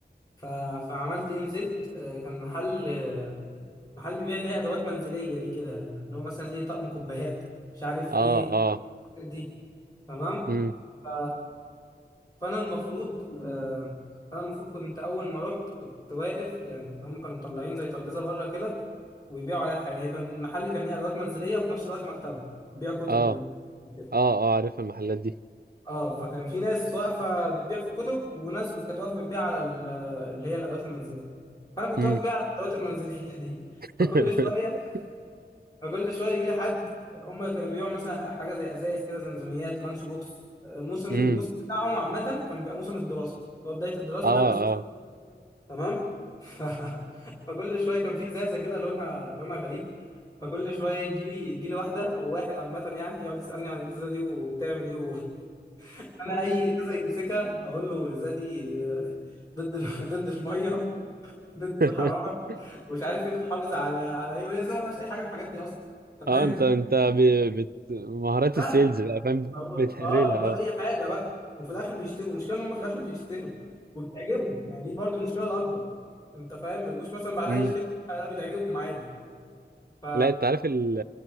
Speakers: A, on the left; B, on the right.
A: ف... فعملت ايه نزلت آه، كان محل آه، محل بيبيع اللي هي ادوات منزليه دي كده اللي هو مثلا ايه طقم كوبايات مش عارف
B: اه
A: ايه
B: اه
A: دي تمام
B: امم
A: ف... فانا المفروض آه، انا المفروض كنت اول ما رحت كنت واقف يعني هم كانوا مطلعين زي ترابيزه بره كده ويبيعوا عليها حاجه هي كان المحل كان هي ادوات منزليه وفي نفس الوقت مكتبه بيبيع كتب
B: اه
A: و-
B: اه
A: وكده
B: اه عارف المحلات دي
A: اه فكان في ناس واقفه بتبيع في الكتب وناس كانت واقفه بتبيع على ال- اللي هي الادوات المنزليه فانا كنت
B: امم
A: واقف ببيع على الادوات المنزليه <laughs> دي
B: <laughs>
A: فكل شويه فكل شويه يجي لي حد هم كانوا بيبيعوا مثلا حاجه زي ازايز كده زمزميات لانش بوكس الموسم
B: امم
A: الموسم بتاعهم عامه كان بيبقى موسم الدراسه هو بدايه الدراسه
B: اه
A: ده الموسم
B: اه
A: تمام <laughs> ف... فكل شويه كان في ازازه كده لونها لونها غريب فكل شويه يجي لي يجي لي واحده او واحد عامه يعني يقعد يسالني عن الازازه دي وبتعمل ايه و... انا اي ازازه يمسكها اقول له الازازه دي آه، ضد ال- <laughs> ضد الميه ضد
B: <laughs>
A: الحراره مش عارف ايه بتحافظ على على ايه والازازه ما فيهاش اي حاجه من الحاجات دي اصلا انت
B: اه
A: فاهم
B: انت انت ب... بت... مهارات
A: <laughs>
B: السيلز بقى فاهم
A: بقول
B: بتحرلها
A: اه بقول اي حاجه بقى وفي الاخر بيشتروا المشكله ان هم في الاخر بيشتروا وبتعجبهم يعني دي برضو المشكله الاكبر انت فاهم ما يجوش مثلا بعدها
B: اه
A: يشتكوا لا بتعجبهم عادي ف
B: لا انت عارف ال...